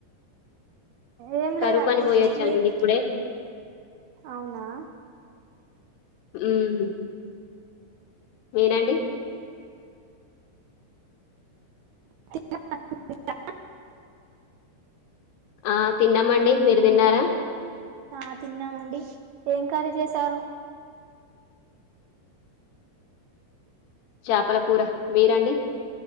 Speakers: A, on the right; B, on the left.
A: ఏం
B: కరువు
A: లేదండి
B: పని పోయొచ్చానండి
A: మీరు
B: ఇప్పుడే
A: అవునా
B: ఉమ్ మీరండి
A: తిన్నరా తిన్న
B: ఆ తిన్నామండి మీరు తిన్నారా
A: ఆ తిన్నామండి ఏం కర్రీ చేశారు
B: చాపల కూర మీరండి